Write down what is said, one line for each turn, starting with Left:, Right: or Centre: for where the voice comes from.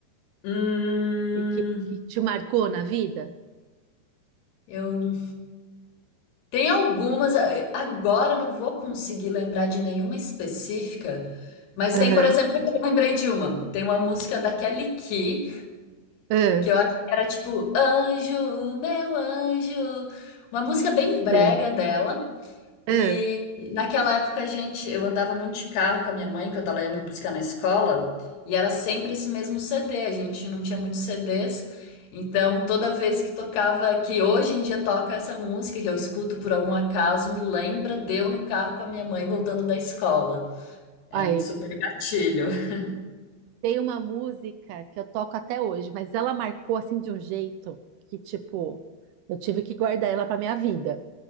Left: Hum,
Right: e que, que te marcou na vida?
Left: eu Tem algumas, a- agora eu não vou conseguir lembrar de nenhuma específica, mas
Right: Aham.
Left: tem, por exemplo, que eu lembrei de uma. Tem uma música da Kelly Key,
Right: Ah,
Left: que eu acho que era tipo Anjo, meu anjo. Uma música bem
Right: sei.
Left: brega dela.
Right: Ah,
Left: E naquela época a gente, eu andava muito de carro com a minha mãe quando ela ia me buscar na escola, e era sempre esse mesmo CD, a gente não tinha muitos CDs. Então, toda vez que tocava, que hoje em dia toca essa música que eu escuto por algum acaso, me lembra de eu no carro com a minha mãe voltando da escola. É
Right: aí.
Left: um super gatilho. <laughs>
Right: Tem uma música que eu toco até hoje, mas ela marcou assim de um jeito que, tipo, eu tive que guardar ela pra minha vida.